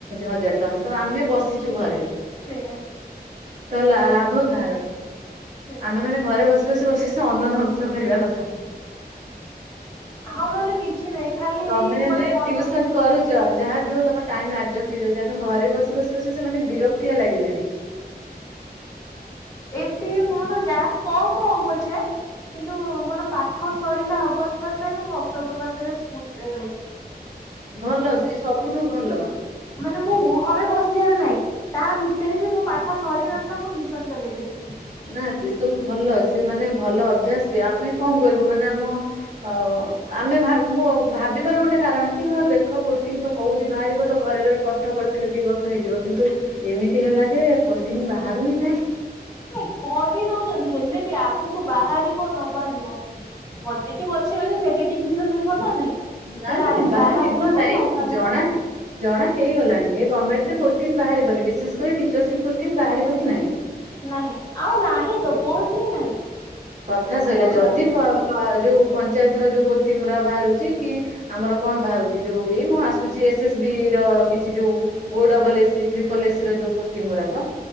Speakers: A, on the right (about 45°); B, on the left (about 20°).
A: ହଜାର ଟଙ୍କା ତ ଆମେ ବସିଚୁ ଘରେ।
B: ସେୟା
A: ତ ଲ ଲାଭ କାହାର?
B: ସେ
A: ଆମେ ମାନେ ଘରେ ବସି ବସି ବସି ବସି ଅନ୍ନ ଧ୍ବଂସ କରିବା କଥା।
B: ଆଉ ନହେଲେ କିଛି ନାହିଁ। ଖାଲି
A: ତମେ ହେଲେ
B: ମାନେ ମନ
A: ଟିଉସନ କରୁଚ ଯାହାବି ହଉ ତମ ଟାଇମ ଆଡଜଷ୍ଟ ହେଇଯାଉଛି ଆମେ ଘରେ ବସି ବସି ବସି ସେମାନେ ବିରକ୍ତି ତିଆ ଲାଗିଲାଣି। <inaudible>
B: ଏତେ କମର ଯା କମ ହଉ ପଛେ। କିନ୍ତୁ ମୋର ପାଠ ସରିଲା ଅଗଷ୍ଟ ମାସରେ ମୁଁ ଅକ୍ଟୋବର ମାସରେ ସ୍କୁଲ ରେ ରହିିକି
A: ଭଲ ସେ ସବୁଠୁ ଭଲ।
B: ମାନେ ମୁଁ ଘରେ ବସିବାର ନାହିଁ ତା ଭିତରେ ବି ମୁଁ ପାଠ ସରି ନ ଥିଲା ମୁଁ ଟୀୟୁସନ ଚଲେଇଥିଲି।
A: ନା ସେ ସବୁ ଭଲ ସେ ମାନେ ଭଲ ଅଭ୍ୟାସ ବି ଆମେ କଣ କରିବୁ ମାନେ ଆମ ହଉ ଆମେ ମୁଁ ଭାବିବାର ଗୋଟେ କାରଣ କି ହଁ ଦେଖ ପୋଷ୍ଟିଙ୍ଗ ତ କହୁଛି ବାହାରିବ ତ ଘରେ ରହି ବି କଷ୍ଟ କରିଥିଲି ଦିଇ ବର୍ଷ ହେଇଯିବ କିନ୍ତୁ ଏମିତି ହେଲା ଯେ ପୋଷ୍ଟି ବାହାରୁ ହିଁ ନାହିଁ।
B: ନାଇଁ କହି ଦଉଛନ୍ତି ହେଲେ ବି ଆଗକୁ ବାହାରିବ ନ ବାହାରିବ। ପଜିଟିଭ୍ ଅଛି ମାନେ ନେଗେଟିଭ ବି ତ ଥିବ ନା ନାଇଁ।
A: ନାଇଁ
B: ସେଇଟା
A: ନାଇଁ
B: ଆଜି
A: ବାହାରିବ
B: ବାହାରିଥିବ
A: ନାଇଁ
B: ନ ବାହାରିବ
A: ଜଣା ଜଣା ହେଇଗଲାଣି ଏ ଗମେଣ୍ଟରେ ପୋଷ୍ଟୀଙ୍ଗ ବାହାରିବନି ବିଶେଷ କରି ଟିଚରସିପ୍ ପୋଷ୍ଟିଂ ବାହାରିବ ହିଁ ନାହିଁ।
B: ନାହିଁ ଆଉ ନାହିଁ ତ ପୋଷ୍ଟ ହିଁ ନାହିଁ।
A: କଥା ସଇଲା
B: କୋଉଠୁ
A: ଯଦି
B: ବାହାରିବ।
A: ପ ଯୋଉ ପଞ୍ଚାୟତ ର ଯୋଉ ପୋଷ୍ଟିଂ ବାହାରୁଛି କି ଆମର କଣ ବାହାରୁଛି ଯୋଉ ଏଇ ମୁଁ ଆସୁଛି ଏସ ଏସ୍ ବି ର କିଛି ଯୋଉ ଓ ଡବଲ ଏସି ଟ୍ରିପଲ ଏସି ର ଯୋଉ ପୋଷ୍ଟିଂ ଗୁରାକ